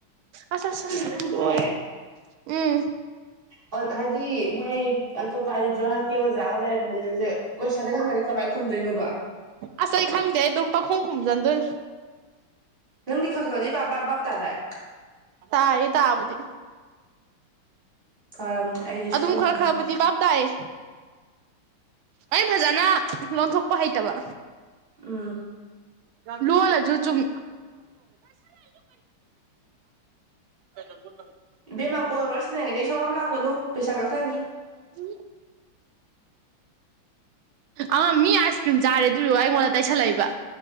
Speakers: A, on the right; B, on the right.
A: ꯑꯁ ꯑꯁ
B: ꯅꯪꯁꯦ
A: ꯂꯣꯏꯔꯦꯍꯦ ꯎꯝ
B: ꯄꯠ ꯍꯥꯏꯗꯤ ꯃꯣꯏ ꯑꯇꯣꯞꯄ ꯍꯥꯏꯗꯤ ꯖꯔꯍꯠꯀꯤ ꯑꯣꯖꯥꯒ ꯂꯩꯔꯝꯃꯗꯤ ꯅꯪꯁꯦ ꯀꯣꯏꯁꯟꯗꯒ ꯍꯪꯉꯅꯤ ꯀꯃꯥꯏꯅ ꯈꯨꯝꯗꯣꯏꯅꯣꯕ
A: ꯑꯁ ꯑꯩ ꯈꯪꯗꯦ ꯑꯗꯨꯝ ꯄꯪꯈꯨꯝ ꯈꯨꯝꯖꯟꯗꯣꯏ
B: ꯅꯪꯗꯤ ꯈꯔ ꯈꯔꯗꯤ ꯕꯥꯞ ꯕꯥꯞ ꯕꯥꯞ ꯇꯥꯗꯥꯏ
A: ꯇꯥꯏꯌꯦ ꯇꯕꯗꯤ
B: ꯐꯔꯕꯅꯦ ꯑꯩꯗꯤ
A: ꯑꯗꯨꯝ
B: ꯁꯨꯛꯈꯪ
A: ꯈꯔ
B: ꯍꯦꯛ ꯈꯪꯗꯦ
A: ꯈꯔꯕꯨꯗꯤ ꯚꯥꯞ ꯇꯥꯏꯌꯦ ꯑꯩ ꯐꯖꯅ ꯂꯣꯟꯊꯣꯛꯄ ꯍꯩꯇꯕ
B: ꯎꯝ
A: ꯂꯣꯂꯖꯣ ꯆꯨꯝ ꯀ <unintelligible>
B: ꯕꯦꯝꯃꯥ ꯀꯣꯜ ꯋꯥꯔꯤꯔ ꯁꯟꯅꯅꯤꯡꯉꯩꯗ ꯑꯩ ꯏꯁꯁꯨꯥꯎ ꯌꯥꯝ ꯂꯥꯡꯒꯅꯨ ꯄꯩꯁꯥ ꯀꯛꯊꯅꯤ
A: ꯎ ꯑ ꯃꯤ ꯑꯥꯏꯁ ꯀ꯭ꯔꯤꯝ ꯆꯥꯔꯦ ꯑꯗꯨꯏ ꯑꯩꯉꯣꯟꯗ ꯇꯩꯁꯜꯂꯛꯏꯕ